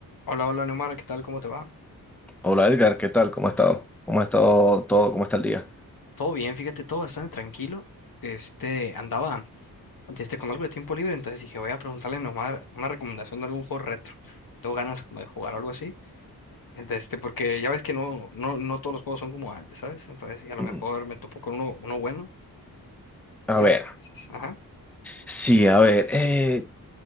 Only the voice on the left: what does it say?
Hola, hola Neomar, ¿qué tal? ¿Cómo te va?
Todo bien, fíjate, todo bastante tranquilo. Este, andaba este, con algo de tiempo libre, entonces dije, voy a preguntarle a Neomar una recomendación de algún juego retro. Tengo ganas como de jugar algo así. de Este, porque ya ves que no, no, no todos los juegos son como antes, ¿sabes? Entonces, y a lo
mejor me topo con uno, uno bueno.
¿Tú
qué piensas? Ajá.